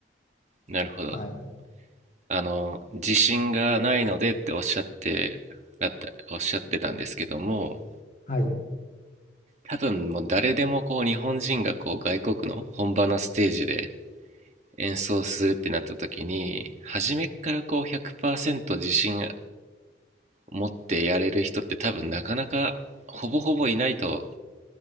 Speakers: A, on the right; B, on the left.
A: なるほど。
B: はい。
A: あの、自信がないのでっておっしゃって、だった、おっしゃってたんですけども、
B: はい。
A: 多分もう誰でもこう日本人がこう外国の本場のステージで演奏するってなった時に初めからこう100%自信持ってやれる人って多分なかなかほぼほぼいないと